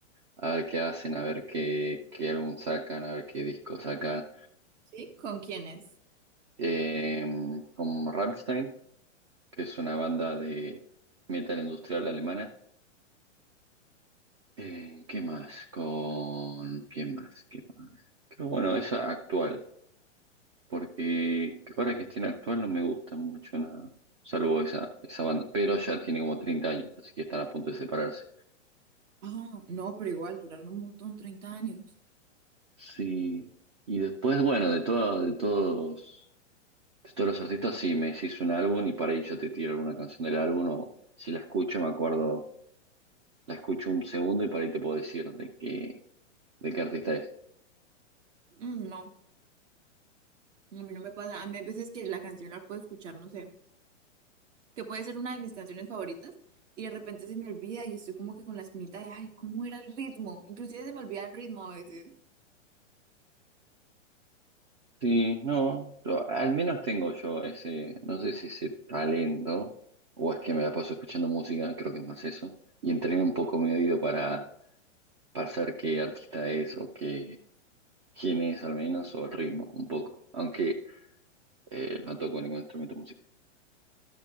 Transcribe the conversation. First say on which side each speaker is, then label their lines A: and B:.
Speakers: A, on the right; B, on the right.
A: a ver qué hacen, a ver qué, qué álbum sacan, a ver qué disco sacan.
B: ¿Sí? ¿Con quiénes?
A: Eh, como Rammstein, que es una banda de metal industrial alemana. Eh, ¿qué más? Con... ¿Qué más? ¿Qué más? Pero bueno, esa actual, porque ahora que esté en actual no me gusta mucho nada, salvo esa, esa banda, pero ya tiene como 30 años, así que están a punto de separarse.
B: Ah, no, pero igual duraron un montón, 30 años.
A: Sí, y después, bueno, de todo, de todos, de todos los artistas, sí, me decís un álbum y para ahí yo te tiro alguna canción del álbum, o si la escucho, me acuerdo, la escucho un segundo y para ahí te puedo decir de qué, de qué artista es.
B: Mm, no, a mí no me pasa. A mí hay veces que la canción la puedo escuchar, no sé, que puede ser una de mis canciones favoritas y de repente se me olvida y estoy como que con la espinita de, ay, ¿cómo era el ritmo? Inclusive se me olvida el ritmo a veces,
A: Sí, no, yo- al menos tengo yo ese, no sé si ese talento, o es que me la paso escuchando música, creo que es más eso, y entrené un poco mi oído para, para saber qué artista es o qué, quién es al menos, o el ritmo un poco, aunque eh, no toco ningún instrumento musical.